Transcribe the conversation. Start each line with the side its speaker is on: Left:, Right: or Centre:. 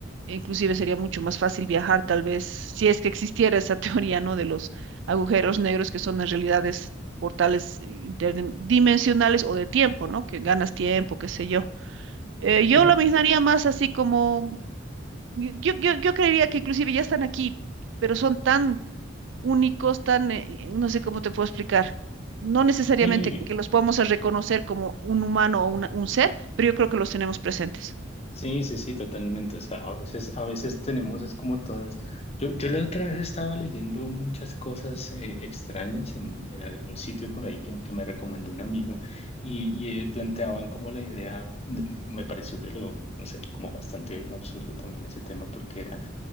Right: Inclusive sería mucho más fácil viajar, tal vez, si es que existiera esa <laughs> teoría, ¿no? De los agujeros negros que son en realidades portales interdimensionales o de tiempo, ¿no? Que ganas tiempo, qué sé yo. Eh, yo
Left: Claro.
Right: lo imaginaría más así como, yo, yo, yo yo creería que inclusive ya están aquí, pero son tan únicos, tan, eh, eh, no sé cómo te puedo explicar. No necesariamente
Left: Sí,
Right: que los podamos a reconocer como un humano o una- un ser, pero yo creo que los tenemos presentes.
Left: sí, sí, sí, totalmente. O sea, a veces, a veces tenemos, es como todas. Yo, yo la otra vez estaba leyendo muchas cosas eh, extrañas en, en algún sitio por ahí que, que me recomendó un amigo y, y, eh, planteaban como la idea, de- me pareció de lo, no sé, como bastante absurdo también ese tema porque era